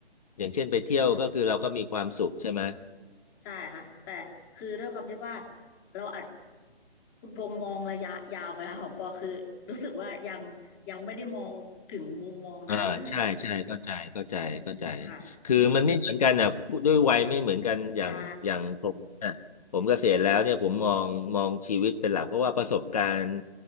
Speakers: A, on the left; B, on the left.
A: อย่างเช่นไปเที่ยวก็คือเราก็มีความสุขใช่ไหม
B: ใช่ค่ะแต่คือด้วยความที่ว่าเราอัดคุณพงษ์มองระยะยาวไงคะของปอคือรู้สึกว่ายังยังไม่ได้มองถึงมุมมองนั้น
A: อ่าใช่ใช่เข้าใจเข้าใจเข้าใจ
B: ค่ะ
A: คือมันไม่เหมือนกันอ่ะพูดด้วยวัยไม่เหมือนกันอย่างอย่างผมอ่ะผมเกษียณแล้วเนี่ยผมมองมองชีวิตเป็นหลักเพราะว่าประสบการณ์
B: ใช่